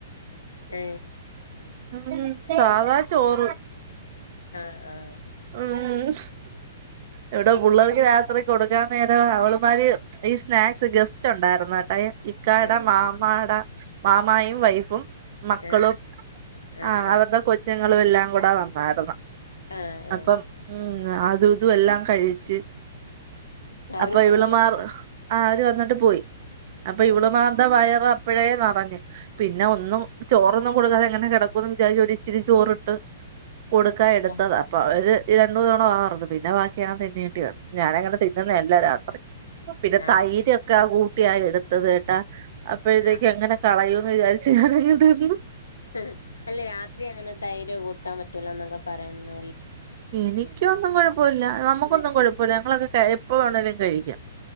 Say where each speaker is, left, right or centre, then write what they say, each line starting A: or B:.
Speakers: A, on the left (about 85°); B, on the right (about 50°).
A: ഏ
B: ഉം സാദാ ചോറ്.
A: ആഹ് ആഹ
B: ഉം എവിടെ പിള്ളർക്ക് രാത്രി കൊടുക്കാൻ നേരം അവള്മാര്, ഈ സ്നാക്സ് ഗെസ്റ്റുണ്ടായിരുന്നു ട്ടൊ ഇക്കാട
A: ആഹ്
B: മാമാഡ. മാമായും വൈഫും മക്കളും
A: ആഹ് ആഹ് ആഹ്
B: ആ അവരുടെ കൊച്ചും. ങ്ങളും എല്ലാം കൂടെ വന്നായിരുന്ന്.
A: ആഹ് ആഹ്
B: അപ്പം
A: ആഹ്
B: ഉം അതുതും എല്ലാം കഴിച്ച്.
A: അവര്
B: അപ്പൊ
A: പോയാ
B: ഇവള് മാർ ആ അവര് വന്നിട്ട് പോയി. അപ്പൊ
A: ആഹ്
B: ഇവള് മാർടെ വയർ അപ്പഴേ പറഞ്ഞു പിന്നെ ഒന്നും ചോറൊന്നും. കൊടുക്കാതെ എങ്ങനെ കിടക്കുന്ന് വിച്ചാരിച്ചൊരിത്തിരി ചോറിട്ട് കൊടുക്കാ ഇടത്തതാ.
A: ആഹ്
B: ഒരു രണ്ടമൂന്ന് തവണ വാ തുറന്ന് പിന്നെ ബാക്കിഞാതിന്നേണ്ടി വന്ന്. ഞാനങ്ങന തിന്നുന്നല്ല രാത്രി. പിന്നെ
A: ആഹ്
B: തൈരൊക്കെ കൂട്ടിയായി എടുത്തത് കേട്ടാ അപ്പഴതേക്ക്
A: ആഹ്
B: എങ്ങനെ കളഞ്ഞു വിജർച്ചു <unintelligible>
A: ഉം അല്ല രാത്രി അങ്ങനെ തൈര് കൂട്ടാൻ പറ്റൂല എന്നൊക്കെ പറയുന്ന
B: എനിക്കൊന്നും കുഴപ്പമില്ല നമ്മുക്കൊന്നും കുഴപ്പമില്ല ഞങ്ങളൊക്കെ എപ്പോ വേണേലും കഴിക്കും.